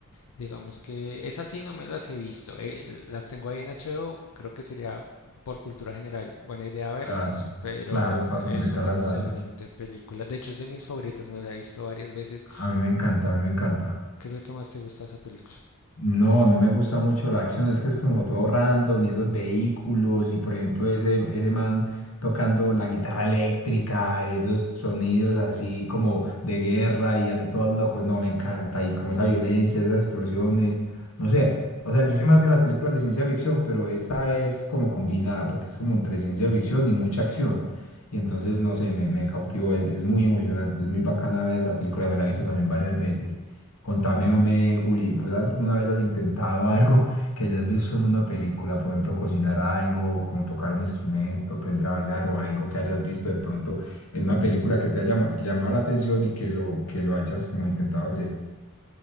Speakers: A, on the left (about 80°); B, on the left (about 70°).
A: digamos que esas sí no me las he visto. eh, las tengo ahí en HBO, creo que sería por cultura general buena idea verlas,
B: claro,
A: pero
B: claro, para completar
A: es una
B: la
A: excelente
B: saga.
A: película. De hecho, es de mis favoritas, me la he visto varias veces.
B: A mí me encanta, a mí me encanta.
A: ¿Qué es lo que más te gusta de esa película?
B: No, a mí me gusta mucho la acción, es que es como todo random y esos vehículos y por ejemplo ese, ese man tocando la guitarra eléctrica y esos sonidos así como de guerra y así todos locos, no, me encanta y como esa violencia, esas explosiones, no sé, o sea, yo soy más de las películas de ciencia ficción, pero esta es como combinada porque es como entre ciencia ficción y mucha acción y entonces no sé, me, me cautivó, es, es muy emocionante, es muy bacana ver esa película, me la he visto también varias veces. Contame, hombre, Juli, ¿vos has- alguna vez has intentado <laughs> algo que hayas visto en una película? Por ejemplo, cocinar algo, como tocar un instrumento, aprender a bailar o algo que hayas visto de pronto en una película que te haya llama- llamado la atención y que lo, que lo hayas como intentado hacer.